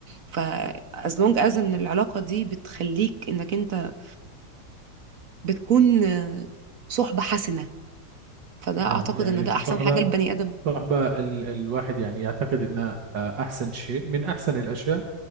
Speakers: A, on the right; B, on the right.
A: ف as long as إن العلاقة دي بتخليك إنك أنت بتكون آه، صحبة حسنة فده
B: نعم
A: أعتقد
B: يعني
A: إن
B: الصحبة
A: ده أحسن حاجة لبني آدم
B: صراحة بقى ال- الواحد يعني يعتقد انها آه، احسن شيء من احسن الاشياء